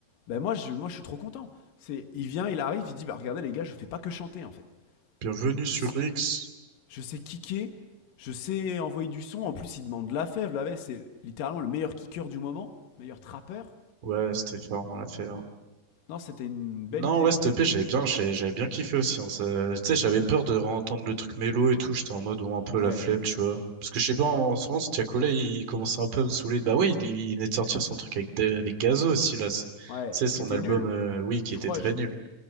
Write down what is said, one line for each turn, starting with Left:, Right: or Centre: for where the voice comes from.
Left: Bah moi, je, moi, je suis trop content. C'est, il vient, il arrive, il dit, bah regardez les gars, je fais pas que chanter, en fait.
Right: Bienvenue
Left: Je
Right: sur X.
Left: Je sais kicker, je sais envoyer du son. En plus, il demande la fève. La fève, c'est littéralement le meilleur kicker du moment, meilleur trappeur.
Right: Ouais, c'était fort, on l'a fait.
Left: Non, c'était une belle
Right: Non,
Left: idée,
Right: ouais,
Left: genre.
Right: cette EP, j'avais bien, j'ai- j'avais bien kiffé aussi. hein. Ça- Tu sais, j'avais peur de réentendre le truc mélo et tout. J'étais en mode, ouais, un peu
Left: Ouais,
Right: la flemme, tu vois. Parce que je sais pas, en, en ce moment, ce Tiakola, il, commençait un peu à me saouler. Bah ouais, il, il il venait de sortir son truc avec, Da- avec Gazo aussi, là. C'est- Tu
Left: ouais,
Right: sais, son
Left: qui était
Right: album,
Left: nul.
Right: euh, oui, qui
Left: Je
Right: était
Left: crois,
Right: très
Left: je,
Right: nul.